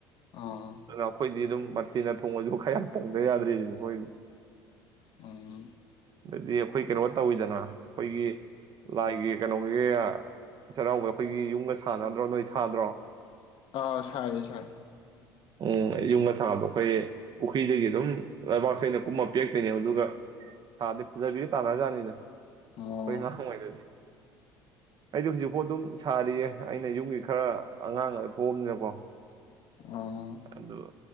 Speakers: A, on the left; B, on the right.
A: ꯑꯣ
B: ꯑꯈꯣꯏ ꯑꯗꯨꯝ ꯃꯊꯦꯅ ꯊꯣꯡꯉꯁꯨ ꯀꯌꯥ ꯊꯣꯡꯗ ꯌꯥꯗ꯭ꯔꯦ ꯑꯗꯨꯅ ꯃꯣꯏ
A: ꯎꯝ
B: ꯗꯤ ꯑꯩꯈꯣꯏ ꯀ ꯋꯥ ꯇꯧꯋꯤꯗꯅ ꯑꯩꯈꯣꯏꯒꯤ ꯂꯥꯏꯒꯤ ꯀꯩꯅꯣꯒꯤ ꯆꯩꯔꯥꯎꯕꯒ ꯑꯩꯈꯣꯏꯒꯤ ꯌꯨꯝꯒ ꯁꯥꯟꯅꯗ꯭ꯔꯣ ꯅꯣꯏ ꯁꯥꯗ꯭ꯔꯣ
A: ꯑꯥ ꯁꯥꯏ ꯁꯥꯏ
B: ꯎꯝ ꯌꯨꯝꯒ ꯁꯥꯕꯗꯣ ꯑꯩꯈꯣꯏ ꯄꯨꯈꯩꯗꯒ ꯑꯗꯨꯝ ꯂꯩꯕꯥꯛꯁꯦ ꯑꯩꯅ ꯀꯨꯝꯃ ꯄꯦꯛꯇꯣꯏꯅꯦ ꯑꯗꯨꯒ ꯊꯥꯗꯤ ꯐꯖꯕꯤꯒ ꯇꯥꯅꯖꯥꯠꯅꯤꯅ
A: ꯑꯣ
B: ꯑꯩꯣꯏ ꯂ ꯀꯃꯥꯏꯗꯗꯤ ꯑꯩꯗꯤ ꯍꯧꯖꯤꯛꯐꯥꯎ ꯑꯗꯨꯝ ꯁꯥꯔꯤꯌꯦ ꯑꯩꯅ ꯌꯨꯝꯒꯤ ꯈꯔ ꯑꯉꯥꯡ ꯑꯗꯨ ꯊꯣꯝꯉꯕꯣ
A: ꯑꯣ
B: ꯑꯗꯨꯒ